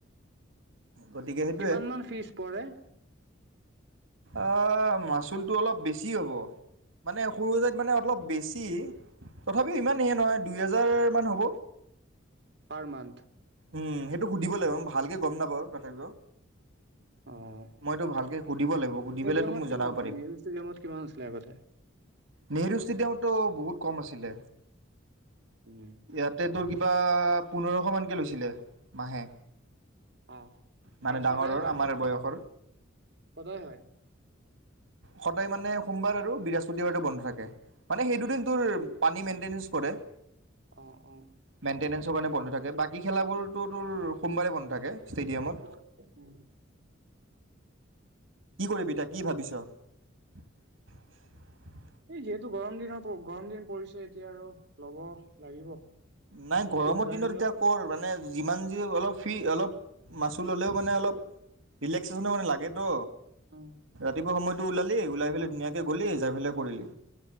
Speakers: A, on the right; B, on the right.
A: গতিকে সেইটোৱে
B: কিমান মান ফীজ পৰে?
A: অ মাচুলটো অলপ বেছি হ'ব। মানে সৰু সজাইত মানে অলপ বেছি। তথাপিও ইমান সেয়ে নহয় দুই হাজাৰমান হ'ব।
B: পাৰ মানথ।
A: উম, সেইটো সুধিব লাগিব ইমান ভালকে। গম নাপাওঁ তথাপিও।
B: অ',
A: মইতো ভালকে সুধিব লাগিব, সুধি
B: ষ্টেডিয়ামত
A: পেলায় মই তোক
B: কিমান
A: জনাব
B: আছিলে?
A: পাৰিম,
B: নেহৰু ষ্টেডিয়ামত কিমান আছিলে আগতে?
A: নেহেৰু ষ্টেডিয়ামতটো বহুত কম আছিলে।
B: উম,
A: ইয়াতে তোৰ কিবা পোন্ধৰ শ মানকৈ লৈছিলে মাহে।
B: অ
A: মানে
B: আৰু
A: ডাঙৰৰ
B: সদায় হয়,
A: আমাৰ বয়সৰ
B: সদায় হয়।
A: সদায় মানে সোমবাৰ আৰু বৃহস্পতিবাৰতো বন্ধ থাকে। মানে সেই দুদিন তোৰ পানী
B: উম,
A: মেইনটেনেঞ্চ কৰে,
B: অ', অ',
A: মেইনটেনেঞ্চৰ কাৰণে বন্ধ থাকে বাকী খেলাবোৰতো তোৰ সোমবাৰে বন্ধ থাকে।
B: <unintelligible>
A: ষ্টেডিয়ামত কি
B: উম,
A: কৰিবি তা কি ভাবিছো? <inaudible>
B: এই যিহেতু গৰম দিনৰ গৰম দিন পৰিছে এতিয়া আৰু লব লাগিব।
A: নাই গৰমৰ
B: দুহেজাৰ
A: দিনত
B: দিলেও
A: এতিয়া কৰ মানে যিমান যি অলপ ফ্ৰী অলপ মাচো ল'লেও মানে অলপ ৰিলেক্সেশ্যনো মানে লাগেতো।
B: উম,
A: ৰাতিপুৱা সময়ত টো ওলালি, ওলাই পেলাই ধুনীয়াকে গলি যাই পেলাই কৰিলি